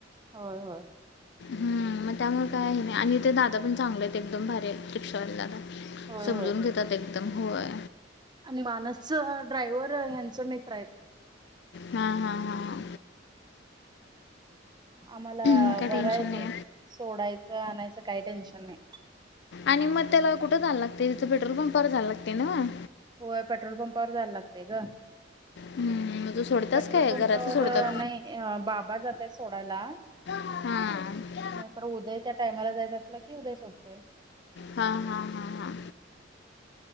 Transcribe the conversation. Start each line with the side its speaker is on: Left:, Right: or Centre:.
Right: होय, होय.
Left: हम् मग त्यामुळे काय नाही आणि तेे दादा पण चांगले आहेत एकदम भारी. रिक्षावाले दादा
Right: होय
Left: समजून
Right: होय
Left: घेतात. एकदम होय
Right: आणि मानस ड्रायव्हर ह्यांचा मित्र आहेत.
Left: हा, हा, हा, ह.
Right: आम्हाला
Left: मग काय
Right: बरं
Left: टेन्शन
Right: आहे ते
Left: नाही
Right: सोडायचं आणायचं काही टेन्शन नाही.
Left: आणि मग त्याला कुठं जायला लागते तिथं पेट्रोल पंपावर जायला लागतया नव्हं.
Right: होय पेट्रोल पंपावर जायला लागतय ग.
Left: हम्म. तू सोडतास
Right: पेट्रोल
Left: काय
Right: पंपावर
Left: घरातलं सोडतात
Right: नाही बाबा जातय सोडायला
Left: हां
Right: नाहीतर उदय त्या टायमाला जाईत असलं कि उदय सोडतोय.
Left: हां हां हां हां